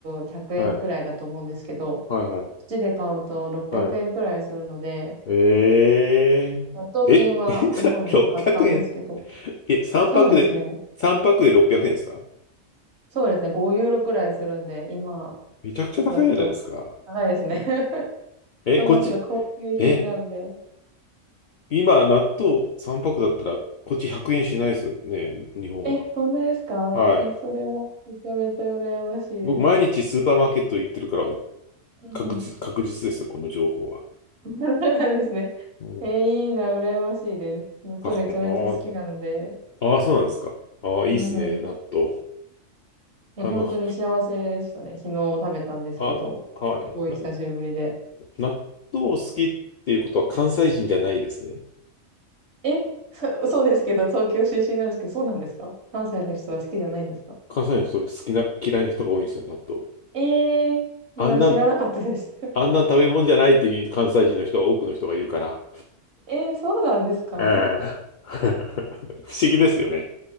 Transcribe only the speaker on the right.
ク100円くえんくらいだと思うんですけど、
こ
っちで買うと600円くえんくらいするので、
納豆菌は日本で買ったんですけど、
そうですね。
そうですね、5ユーロくらいするんで、今
だと高いですね。<laughs>
そんなちょっと高級品なんで。
え、本当ですかえ、
それはめちゃめちゃ羨ましいです。
うんうん。
<laughs> そうなんですね。
え、
いいな、羨ましいです。納豆めちゃめちゃ好きなので。
うんうん。
いや、
本当に幸せでしたね。昨日食べたんですけど、
すごい久しぶりで。
え、そ、そうですけど、東京出身なんですけど、そうなんですか関西の人は好きじゃないんですか
ええー、
な知らなかったです。<laughs>
えー、そうなんですか